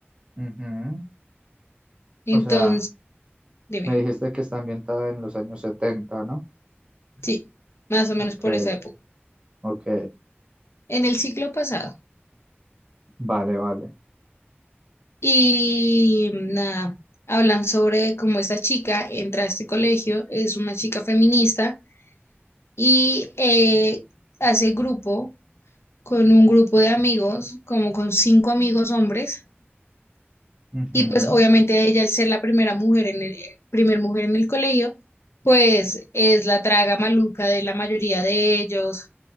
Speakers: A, on the right; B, on the left.
A: Ujú.
B: Entonces,
A: O sea,
B: dime,
A: me dijiste que está ambientada en los años setenta ¿no?
B: sí, más o menos
A: Ok,
B: por esa época,
A: ok.
B: en el siglo pasado.
A: Vale, vale.
B: Y nada, hablan sobre cómo esta chica entra a este colegio, es una chica feminista y eh, hace grupo con un grupo de amigos, como con cinco amigos hombres
A: Ujú.
B: Y pues obviamente ella, al ser la primera mujer en el, eh, primer mujer en el colegio, pues es la traga maluca de la mayoría de ellos,